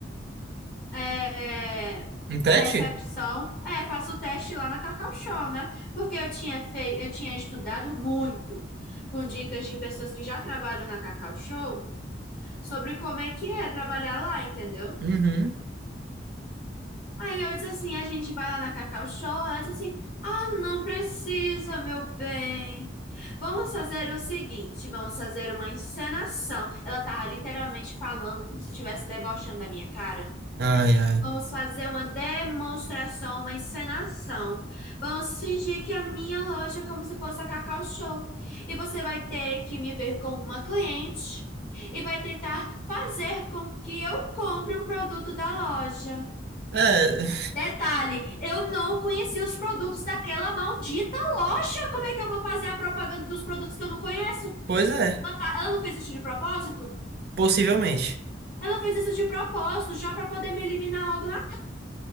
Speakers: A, on the left; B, on the right.
A: é,
B: Um teste?
A: a recepção. É, faço o teste lá na Cacau Show, né? Porque eu tinha feito, eu tinha estudado muito com dicas de pessoas que já trabalham na Cacau Show sobre como é que é trabalhar lá, entendeu?
B: Uhum.
A: Aí eu disse assim, a gente vai lá na Cacau Show, ela disse assim, ah, não precisa, meu bem. Vamos fazer o seguinte, vamos fazer uma encenação. Ela tava literalmente falando como se estivesse debochando da minha cara.
B: Ai, ai.
A: Vamos fazer uma demonstração, uma encenação. Vamos fingir que a minha loja é como se fosse a Cacau Show. E você vai ter que me ver como uma cliente e vai tentar fazer com que eu compre um produto da loja.
B: É, <laughs>
A: Detalhe, eu não conheci os produtos daquela maldita loja. Como é que eu vou fazer a propaganda dos produtos que eu não conheço?
B: pois é,
A: Ela, tá- ela não fez isso de propósito?
B: possivelmente.
A: Ela fez isso de propósito, já para poder me eliminar logo na